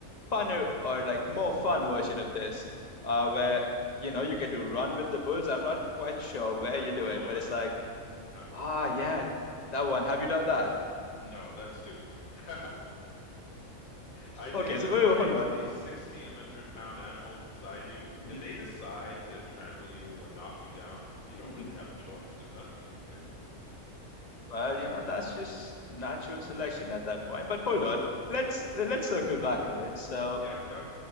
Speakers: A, on the left; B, on the left.
A: funner or like more fun version of this, uh,
B: Mm,
A: where you know you get to run with the bulls. I'm not quite sure where
B: Pamplona.
A: you do it, but it's like,
B: Pamplona.
A: ah, yeah, that one. Have you done that?
B: No, that's stupid. <laughs> I think
A: Okay,
B: that
A: so wait,
B: running
A: hold on.
B: with these 1600 pound animals beside you,
A: Mhm,
B: if they decide to trample you or knock you down, you don't
A: mhm.
B: really have a choice. There's nothing you can do.
A: Well, you know that's just natural selection at that point. But hold on, let's let's circle back a bit. So
B: Yep, yep,